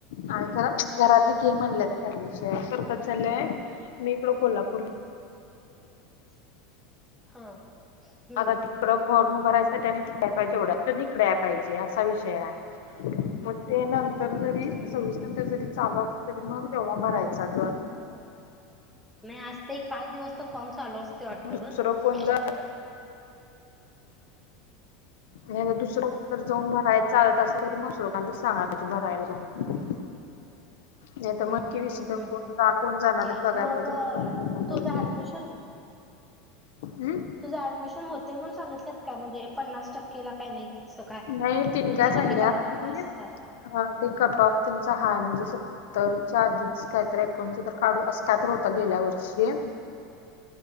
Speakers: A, on the left; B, in the centre.
A: आणि तर घरातले घे म्हटल्यात की ऍडमिशन खरं कसं झालंय मी इकड कोल्हापूर
B: हा. हम्म
A: आता तिकडं फॉर्म भरायचं तर त्यानी तिकडं पाहिजे एवढ्या इकडं पाहिजे असा विषय आहे. मग ते नंतर जरी
B: हम्म
A: सहावीसनंतर
B: हम्म हम्म.
A: जरी चालू तरी मग तेव्हा भरायचं ग!
B: नाही आज ते एक पाच दिवस तर फॉर्म चालू असते वाटत
A: दुसरं
B: गं!
A: कोण जर नाही दुसरीकडं जाऊन भरायचालत असल तर मग ज लोकांतर सांगाला पाहिजे भरायला जाऊन नाही तर मग
B: हम् हम्
A: की विषय तर
B: हम्
A: कोण
B: हम्
A: जाणार
B: हम्म्
A: कोण जाणार आहेत बघायला
B: मग
A: पाहिजे त्यांनी भरायला
B: तुझं
A: पाहिजे.
B: ऍडमिशन
A: हम्म
B: तुझं ऍडमिशन होते म्हणून सांगितलंत का म्हणजे, पन्नास टक्केला का नाही. असं काय
A: नाही तीन
B: किती
A: काय सांगितल्यात.
B: टक्केचा कट ऑफ आहे असं काय
A: हा ते कट ऑफ त्यांचा हा म्हणजे सत्तर आधीच काहीत एकोणच तर काढू असत तर होत गेल्या वर्षी